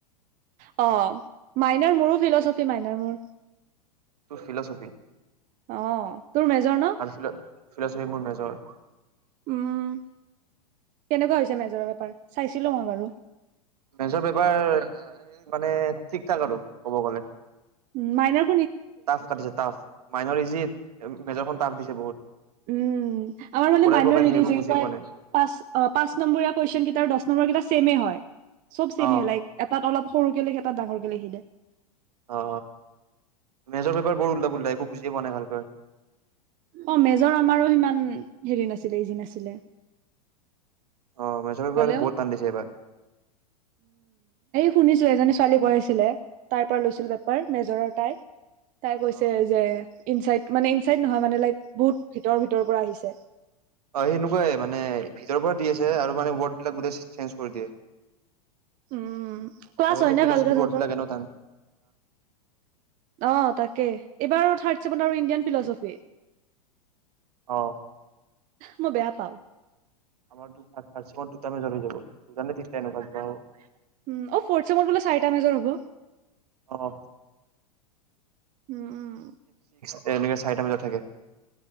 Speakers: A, on the right (about 40°); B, on the right (about 70°).
A: অ মাইনাৰ মোৰো ফিলচফি মাইনাৰ মোৰ।
B: তোৰ ফিলচফি
A: আহ তোৰ মেজৰ ন?
B: আৰু ফিলচফি মোৰ মেজৰ।
A: উম কেনেকুৱা হৈছে মেজৰ পেপাৰ চাইছিলো মই বাৰু।
B: মেজৰ পেপাৰ মানে ঠিক ঠাক আৰু কব গ'লে।
A: উ মাইনৰ
B: টাফ কাটিছে টাফ মাইনৰ ইজি মেজৰখন টাফ দিছে বহুত।
A: উম আমাৰ মানে
B: ঘূৰাই
A: মাইনৰ
B: পকাই দিছে
A: হেৰি
B: একো
A: যে
B: বুজিয়ে
A: কয়
B: পোৱা নাই।
A: পাঁচ পাঁচ নম্বৰ কুৱেশচন কেইটা আৰু দহ নম্বৰ কেইটা চেমে হয় চব চিমে
B: অ',
A: লাইক এটাত অলপ সৰু লিখে ডাঙৰকে লিখি দিয়ে।
B: অ মেজৰ পেপাৰ বৰ উল্টা পুলটা একো বুজিয়ে পোৱা নাই ভালকৈ
A: অ মেজৰ আমাৰো সিমান হেৰি নাছিলে ইজি নাছিলে।
B: অ মেজৰ পেপাৰ
A: হ'লেও
B: বহুত টান্ দিছে এইবাৰ।
A: শুনিছিলো এজনী ছোৱালী কৈ আছিলে তাই পৰা লৈছিল পেপাৰ মেজৰৰ তাই। তাই কৈছে
B: অ',
A: যে ইনচাইট মানে ইনচাইড নহয় মানে লাইক বহুত ভিতৰ- ভিতৰৰ পৰা আহিছে।
B: অ সেনেকুৱাই মানে ভিতৰৰ পৰা দি আছে আৰু মানে ৱৰ্ড বিলাক গোটেই চেঞ্জ কৰি দিয়ে।
A: উম ক্লাছ
B: আৰু এনে
A: হয় নে
B: ফিলচফিৰ
A: ভালকৈ তহঁতৰ
B: ৱৰ্ডবিলাক এনেও টান।
A: অ তাকেই এইবাৰ থাৰ্ত আৰু ইণ্ডিয়ান ফিলচফি
B: অ
A: মই বেয়া পাও।
B: আমাৰ টো থাৰ থাৰ্ড চেমত দুটা মেজৰ হৈ যাব দুটা তিনিটা এনেকুৱা কিবা হ'ব।
A: উ অ ফৰ্থ বোলে চাৰিটা মেজৰ হ'ব
B: অ
A: উম উম
B: এ এনেকে চাৰিটা বজাত থাকে।